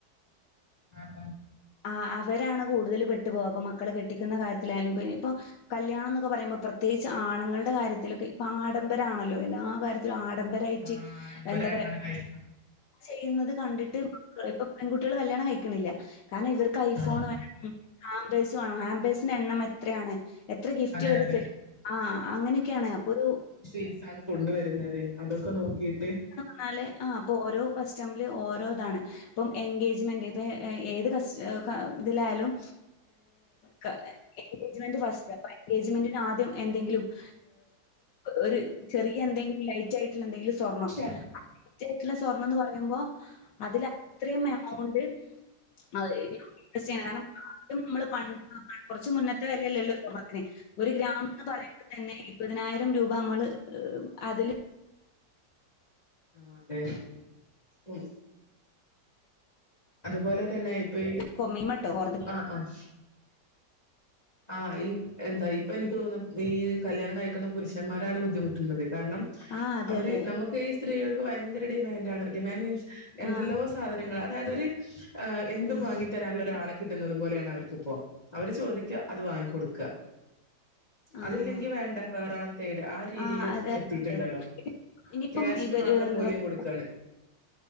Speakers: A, on the left (about 20°); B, on the left (about 80°).
A: ആഹ ആഹ.
B: ആഹ. അവരാണ് കൂടുതൽ പെട്ടുപോകുക. അപ്പൊ മക്കളെ കെട്ടിക്കുന്ന കാര്യത്തിലായാലും. പിന്നെ ഇപ്പൊ- കല്യാണംന്നൊക്കെ പറയുമ്പോ പ്രത്യേകിച്ച് ആണുങ്ങളുടെ കാര്യത്തിലൊക്കെ ഇപ്പൊ ആഡംബരാണല്ലോ? എല്ലാ കാര്യത്തിലും. ആഡംബരയിട്ട്,
A: ആഹ് ആഡംബരായിട്ടാണ്
B: എന്താ പറയാ.
A: കഴിക്കുന്നത്
B: ചെയ്യുന്നത് കണ്ടിട്ട് ഇപ്പം പെൺകുട്ടികള് കല്യാണം കഴിക്കണില്ല കാരണം ഇവർക്ക് ഐഫോൺ
A: ആഹ്
B: വേണം ഹാംബേസ് വേണം ഹാബേസിനെണ്ണം എത്രയാണ് എത്ര ഗിഫ്റ്റ്
A: അതെ
B: ഇവര്
A: അതെ
B: തരും ആഹ് അങ്ങനെയൊക്കെയാണ് അപ്പോ ഒരു
A: സീസണ് കൊണ്ടുവരുന്നത് അതൊക്കെ നോക്കിട്ട്
B: ന്നാല് ആഹ് അപ്പോ ഓരോ കസ്റ്റമില് ഓരോ ഇതാണ് ഇപ്പം എൻഗേജ്മെന്റ് ഇപ്പേ ഏത് കസ് ക ഇതില് ആയാലും ക എൻഗേജ്മെന്റ് ഫസ്റ്റ് അപ്പം എൻഗേജ്മെന്റിന് ആദ്യം എന്തെങ്കിലും വ് ഒരു ചെറിയ എന്തെങ്കില് ലൈറ്റ് ആയിട്ടുള്ള എന്തെങ്കിലും സ്വർണം
A: ആഹ്
B: റ്റായിട്ടുള്ള സ്വർണന്ന് പറയുമ്പോ അതില് അത്രേം എമൗണ്ട് അതേരി ടെസ്‌റ്റേയണം കാരണം ആദ്യം ഞമ്മള് പൺ കൊറച്ച് മുന്നത്തെ വല്യല്ലോ സ്വർണത്തിന് ഒരു ഗ്രാമ എന്ന് പറയുമ്പം തന്നെ ഇരുപതിനായിരം രൂപ നമ്മള് അതില്
A: ഓന്റെ ഉം അതുപോലെ തന്നെ ഇപ്പ ഈ
B: കൊമീമട്ടോ കൊറ
A: ആഹ് ആഹ് ആഹ് ഈ എന്താ ഇപ്പോ എനിക്ക് തോന്നുന്നു ഈ കല്യാണം കഴിക്കുന്ന പുരുഷന്മാരാണ് ബുദ്ധിമുട്ടുന്നത് കാരണം
B: ആഹ് അതെ
A: അവര്
B: അതെ.
A: നമുക്ക് ഈ സ്ത്രീകൾക്ക് ഭയങ്കര ഡിമാൻഡാണ് ഡിമാൻഡ് മീൻസ് എന്തെല്ലോ
B: ആഹ്
A: സാധനങ്ങളാ
B: ആഹ്
A: അതായത് ഒര് എഹ് എന്തും
B: ഉം
A: വാങ്ങി തരാൻള്ളൊരു ആളെ കിട്ടുന്നത് പോലെയാണ് അവർക്ക്പ്പോ. അവര് ചോദിക്ക, അത് വാങ്ങികൊടുക്ക.
B: ആഹ്
A: അതില്ലെങ്കി വേണ്ട വേറാളെ തേടാ ആ രീതിലേക്ക്
B: ആഹ് അതെ അതെ
A: എത്തിട്ട്ണ്ടല്ലോ
B: ഇനിയിപ്പം
A: ക്യാഷിന്
B: ഇവര്
A: മാത്രം
B: എന്താ
A: മൂല്യം
B: പറയ
A: കൊടുക്കാണ്